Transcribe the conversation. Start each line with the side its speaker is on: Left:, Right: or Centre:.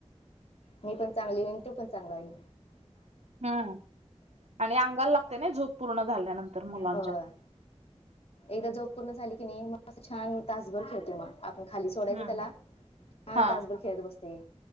Left: मी पण चांगली होईन तू पण चांगला होईन.
Right: हम्म हं आणि अंगाला लागतय नाई, झोप पूर्ण झाल्यानंतर मुलांच्या
Left: होय एकदा झोप पूर्ण झाली की नाई, मग छान तासभर खेळतोय, मग आपण खाली सोडायचं
Right: हं
Left: त्याला छान
Right: हा
Left: तासभर खेळत बसतय,